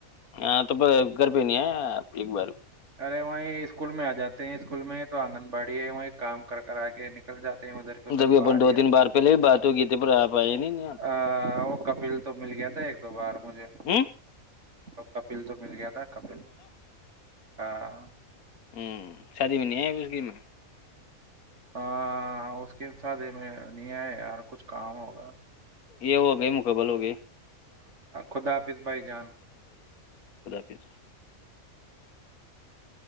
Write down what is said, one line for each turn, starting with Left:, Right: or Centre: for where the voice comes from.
Left: ہاں تو پس گھر پہ نہیں ہے ایک بار
Right: ارے وہیں اسکول میں آ جاتے ہیں اسکول میں تو آنگن باڑی ہے وہیں کام کر کر آ کے نکل جاتے ہیں ادھر کے ادھر
Left: جب
Right: باہر
Left: اپن دو تین بار پہلے بھی بات ہو گی تھی پھر آپ آئے نہیں یہاں تو
Right: ا وہ کپل تو مل گ تھ ایک دو بار مجھے
Left: ہ
Right: اور کب بل تو مل گیا ا کپل ہاں
Left: ہوں شادی میں نہیں ہے اس گی میں
Right: ہاں اس کے سادی میں نہیں ہے یار کچھ کام ہوگا
Left: یہ ہو گئی مکمل ہو گئی
Right: خدا حافظ بھائی جان
Left: آفس